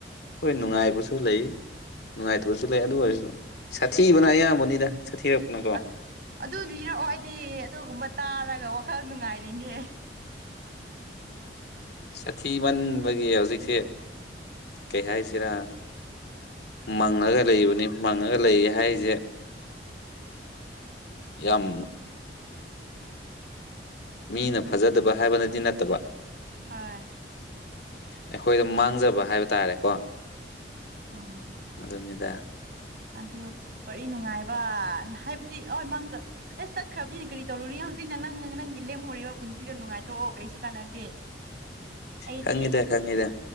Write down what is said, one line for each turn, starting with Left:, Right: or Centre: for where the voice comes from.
Left: ꯍꯣꯏ ꯅꯨꯡꯉꯥꯏꯕꯁꯨ ꯂꯩ ꯅꯨꯡꯉꯥꯏꯇꯕꯁꯨ ꯂꯩ ꯑꯗꯨ ꯑꯣꯏꯔꯁꯨ ꯁꯥꯊꯤꯕꯅ ꯑꯌꯥꯝꯕꯅꯤꯗ꯫ ꯁꯥꯊꯤꯔꯛꯄꯅꯀꯣ
Right: ꯑꯠ ꯑꯗꯨ ꯂꯤꯔꯛꯑꯣ ꯑꯩꯗꯤ ꯑꯗꯨꯒꯨꯝꯕ ꯇꯥꯔꯒ ꯋꯥꯈꯜ ꯅꯨꯡꯉꯥꯏꯔꯤꯅꯦ꯫
Left: ꯁꯥꯊꯤꯃꯟꯕꯒꯤ ꯍꯧꯖꯤꯛꯁꯦ ꯀꯩ ꯍꯥꯏꯁꯤꯔꯥ ꯃꯪꯉꯒ ꯂꯩꯕꯅꯤ ꯃꯪꯉꯒ ꯂꯩ ꯍꯥꯏꯖꯦ ꯌꯝ ꯃꯤꯅ ꯐꯖꯗꯕ ꯍꯥꯏꯕꯅꯗꯤ ꯅꯠꯇꯕ
Right: ꯍꯥꯏ
Left: ꯑꯩꯈꯣꯏꯗ ꯃꯥꯡꯖꯕ ꯍꯥꯏꯕ ꯇꯥꯔꯦꯀꯣ
Right: ꯎꯝ
Left: ꯑꯗꯨꯅꯤꯗ
Right: ꯑꯗꯨ ꯋꯥꯔꯤ ꯅꯨꯡꯉꯥꯏꯕꯅ ꯍꯥꯏꯕꯗꯤ ꯑꯣꯏ ꯃꯥꯡꯖ ꯑꯁ ꯆꯠꯈ꯭ꯔꯕꯅꯤꯅ ꯀ꯭ꯔꯤ ꯇꯧꯔꯨꯅꯤ ꯍꯧꯖꯤꯛꯅ ꯅꯪ ꯅꯪꯒꯤ ꯂꯦꯝꯍꯧꯔꯦꯕ ꯄꯨꯟꯁꯤꯗꯣ ꯅꯨꯡꯉꯥꯏꯊꯣꯛꯑꯣ ꯀꯩꯁꯨ ꯀꯥꯟꯅꯗꯦ ꯑꯩꯗꯤ
Left: ꯈꯪꯉꯤꯗ ꯈꯪꯉꯤꯗ